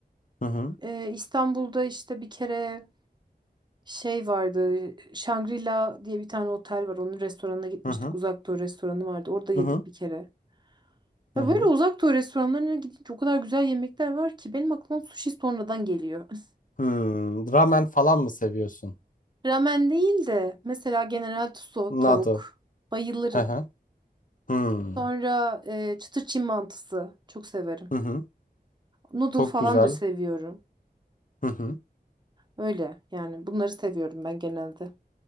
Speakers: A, on the left (about 50°); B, on the right (about 25°).
A: Hı hı.
B: Ee, İstanbul'da işte bir kere şey vardı. Shangri-La diye bir tane otel var. Onun restoranına gitmiştik.
A: Hı hı.
B: Uzak Doğu restoranı vardı. Orada yedik
A: Hı hı.
B: bir kere.
A: Hı
B: Ya
A: hı.
B: böyle Uzak Doğu restoranlarına gidince o kadar güzel yemekler var ki benim aklıma sushi sonradan geliyor. <laughs>
A: Hmm, Ramen falan mı seviyorsun?
B: Ramen değil de mesela General Tso
A: Noodle.
B: tavuk. Bayılırım.
A: Hı hı. Hmm.
B: Sonra e, çıtır Çin mantısı. Çok severim.
A: Hı hı.
B: Noodle
A: Çok
B: falan
A: güzel.
B: da seviyorum.
A: Hı hı.
B: Öyle yani bunları seviyorum ben genelde.